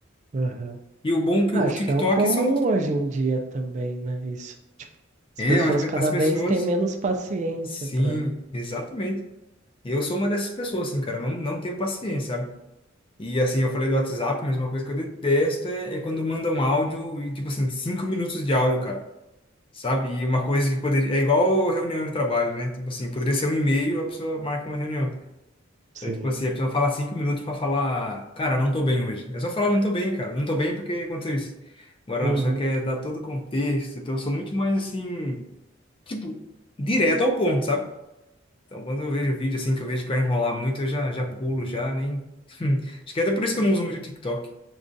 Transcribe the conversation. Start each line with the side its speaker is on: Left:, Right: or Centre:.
Right: Aham.
Left: E o bom é que
Right: Ah,
Left: o
Right: Acho
Left: TikTok
Right: que é o comum
Left: são...
Right: hoje em dia também, né? Isso. Tipo, as
Left: É,
Right: pessoas
Left: eu acho que
Right: cada
Left: as pessoas...
Right: vez têm menos paciência
Left: Sim,
Right: para.
Left: exatamente. Eu sou uma dessas pessoas, assim, cara, não, não tenho paciência, sabe? E assim, eu falei do WhatsApp, mas uma coisa que eu detesto é, é quando mandam áudio e, tipo assim, cinco minutos de áudio, cara. Sabe? E uma coisa que poderia. É igual reunião de trabalho, né? Tipo assim, poderia ser um e-mail, a pessoa marca uma reunião.
Right: Sim.
Left: Então, tipo assim, a pessoa fala cinco minutos pra falar, cara, não tô bem hoje. É só falar, não tô bem, cara. Não tô bem porque aconteceu isso. Agora,
Right: Uhum.
Left: não, a pessoa quer dar todo o contexto. Então, eu sou muito mais assim, tipo, direto ao ponto, sabe? Então, quando eu vejo vídeo assim, que eu vejo que vai enrolar muito, eu já, já pulo, já nem. <laughs> Acho que é até por isso que eu não uso muito o TikTok.